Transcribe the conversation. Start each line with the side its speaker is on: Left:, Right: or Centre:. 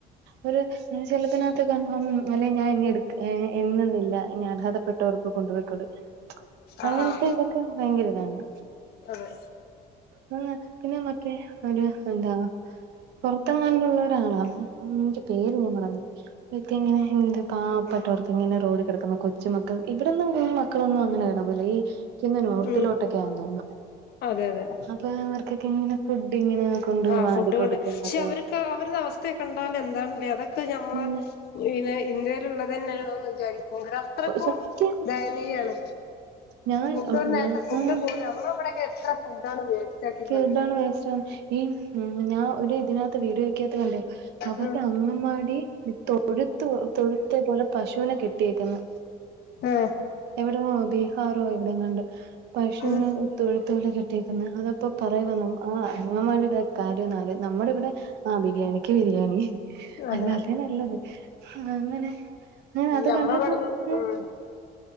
Right: ഒരു ചെലപ്പനകത്ത് കൺഫോം അല്ലെ ഞാൻ നി ടുക്ക ന്നൊന്നില്ല ഇനി അർഹതപ്പെട്ടവർക്ക് കൊണ്ടുപകൊടുക്കൽ അങ്ങനത്തെ
Left: ആഹ് ആഹ്
Right: ഇതൊക്കെ ഭയങ്കര ഇതാണ്
Left: അതെ
Right: ആ പിന്നെ ഞമ്മമക്ഒരു എന്താ പുറത്തെങ്ങാണ്ട ളം പേര് ഞാൻ മറന്നു പോയി ഇതഇങ്ങനെ എന്ത് പാവപ്പെട്ടവർക്ക് ഇങ്ങനെ റോഡ് കിടക്കുന്ന കൊച്ചു മക്കൾ ഇവിടെന്നും നിയമം. മക്കളൊന്നും അങ്ങനെ കെടക്കു ല ഈ നോർത്തിലോട്ടൊക്കെയാ
Left: ഉം
Right: തോന
Left: അതെ അതെ
Right: പ അവർക്കൊക്കെ ഇങ്ങെ ഫുഡ് ഇങ്ങനെ കൊണ്ടുപോയി
Left: ആ്
Right: വാരി
Left: ഫുഡ് കൊണ്ട്
Right: കൊടുക്കുന്നത്
Left: ക്ഷെ അവർക്ക് അവരുടെ അവസ്- സ്ഥകണ്ടാല എന്താണല്ലേ അതൊക്കെ നമ്മ
Right: ഉം
Left: പിന്നെ ഇന്ത്യയില ഉള്ളത് തന്നെയാണോന്ന് വിചാരിക്ക വരെ അത്രക്കുംദയനീയാണ്
Right: സത്യം ഞാൻ
Left: ഫുഡ് ഒരു നേരത്തേ ആ ഫുഡ് പോലും നമ്മളെ എത്ര ഫുഡാണ് വേസ്റ്റ് ആക്കി
Right: ഫുഡണ്
Left: കളയണെ
Right: വേസ്റ്റവണ് ഈ ഞാ ഒരു ഇത് <inaudible> വീട് വക്കാത്ത കണ്ട അവരുടെ
Left: ഉം
Right: അങ്ങൻ വാടി തൊഴുതു തൊഴുത്തെ പോലെ പശുവിനെ കെട്ടിയേക്കുന്നു
Left: ഉം
Right: എവിടോ ബീഹാറോ എവിടെങ്ങാണ്ട് പശുവിന്
Left: ഉം
Right: തൊഴുത്തോലെ കെ അതപ്പോ പറയവാ ആ അമ്മമാടെ കാര്യം എന്നാല് നമ്മുടെ ഇവിടെ ആഹ് ബിരിയാണിക്ക് ബിരിയാണി
Left: അതെ
Right: അല്ലാത നല്ലത് അങ്ങനെ
Left: ഇല്ല
Right: അത് കണ്ടപ്പോ
Left: നമ്മളെ ഇവിടൊന്നും
Right: ഉ
Left: ഉം